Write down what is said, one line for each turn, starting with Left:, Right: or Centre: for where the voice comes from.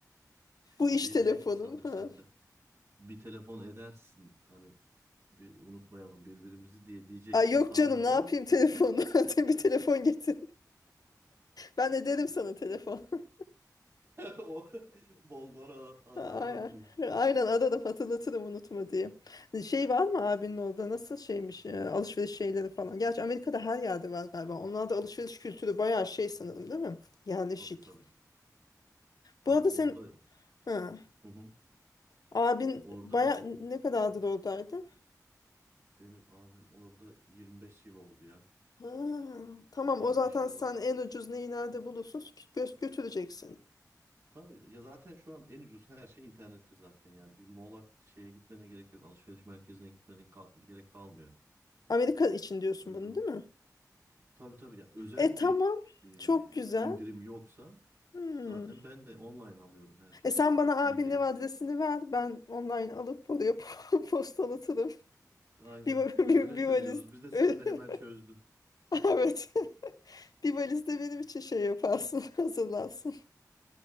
Left: Bu iş
Right: Şey
Left: telefonum.
Right: diyeceksin sandım
Left: Ha.
Right: sen de. bir telefon edersin hani bir unutmayalım birbirimizi diye diyeceksin
Left: Ay yok
Right: sandım.
Left: canım ne yapayım telefonu.
Right: <laughs>
Left: <laughs> Bir telefon getir. Ben ederim sana telefon. <laughs>
Right: O bol bol ara- a-
Left: Aynen,
Right: ararım diyor.
Left: aynen ararım hatırlatırım unutma diye. Şey var mı abinin orada nasıl şeymiş e, alışveriş şeyleri falan. Gerçi Amerika'da her yerde var galiba. Onlarda alışveriş kültürü bayağı şey sanırım değil mi? Yerleşik.
Right: Tabii tabii. Tabii
Left: Bu arada
Right: orada
Left: sen ha,
Right: hı hı.
Left: abin
Right: Orada
Left: baya
Right: ş-
Left: ne kadardır oradaydı?
Right: benim abim orada 25 yıl oldu ya.
Left: Ha, tamam
Right: 25
Left: o zaten
Right: yılı
Left: sen
Right: var.
Left: en ucuz neyi nerede bulursun gö- götüreceksin.
Right: Tabii ya zaten şu an en ucuz her şey internette zaten yani bir mola şeye gitmene gerek yok. Alışveriş merkezine gitmene ka- gerek kalmıyor.
Left: Amerika için diyorsun
Right: Öyle
Left: bunu
Right: oldu.
Left: değil mi?
Right: Tabii tabii ya özel
Left: E tamam
Right: bir e,
Left: çok güzel.
Right: indirim yoksa
Left: Hmm.
Right: Zaten ben de online alıyorum her şeyi.
Left: E sen bana
Right: eBay.
Left: abinin ev adresini ver. Ben online alıp oraya <laughs> po- postalatırım.
Right: Aynen.
Left: Bir, <laughs> va-
Right: Öyle
Left: bir, bir
Right: çözüyoruz.
Left: valiz.
Right: Biz de sen
Left: <laughs>
Right: de hemen çözdün.
Left: Evet. Bir valiz de benim için şey yaparsın. <laughs> Hazırlarsın.